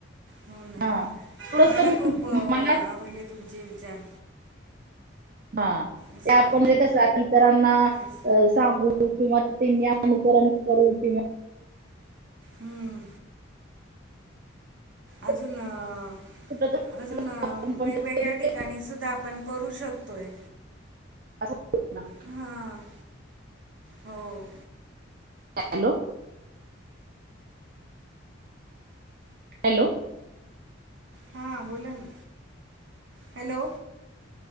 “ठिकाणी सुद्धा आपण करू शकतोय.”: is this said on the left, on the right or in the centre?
Right